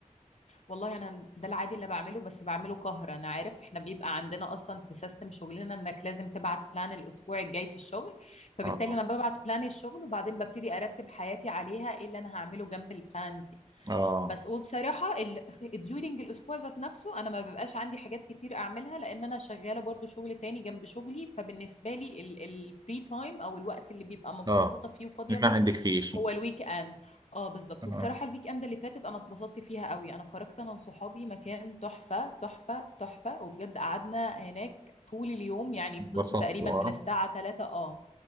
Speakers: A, on the left (about 60°); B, on the right (about 30°).
A: والله انا ده العادي اللي بعمله بس بعمله قهر انا عارف احنا بيبقى عندنا اصلا في سيستم شغلنا انك لازم تبعت بلان الاسبوع الجاي في الشغل فبالتالي
B: آه
A: انا ببعت بلان الشغل وبعدين ببتدي ارتب حياتي عليها ايه اللي انا هعمله جنب البلان دي
B: آه
A: بس وبصراحة ال... during الأسبوع ذات نفسه أنا ما ببقاش عندي حاجات كتير أعملها لأن أنا شغالة برضو شغل تاني جنب شغلي فبالنسبة لي ال... الفري تايم أو الوقت اللي بيبقى مبسوطة
B: اه
A: فيه وفاضية فيه
B: ما عندك فيه شيء
A: هو الويك إند اه بالظبط
B: انا
A: والصراحة الويك إند اللي فاتت أنا اتبسطت فيها قوي أنا خرجت أنا وصحابي مكان تحفة تحفة تحفة وبجد قعدنا هناك طول اليوم يعني
B: انبسطت
A: فضلت تقريبا
B: آه.
A: من الساعة 3 اه